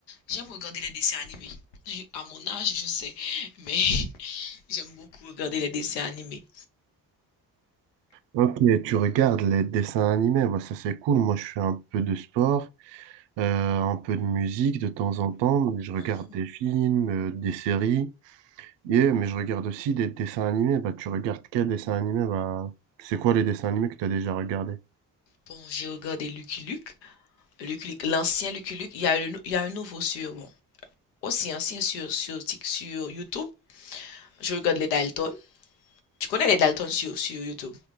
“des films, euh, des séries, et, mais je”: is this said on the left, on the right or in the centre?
Right